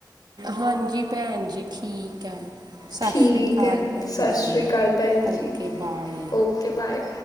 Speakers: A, on the right; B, on the left.
A: ਹਾਂਜੀ ਭੈਂਜੀ ਠੀਕ ਐ। ਸਤਿ
B: ਠੀਕ
A: ਸ਼੍ਰੀ ਅਕਾਲ
B: ਹੈ
A: ਪੈਂਜੀ
B: ਸਤਿ ਸ਼੍ਰੀ ਅਕਾਲ ਭੈਣ
A: ਓਕੇ
B: ਜੀ
A: ਬਾਏ।
B: Okay bye.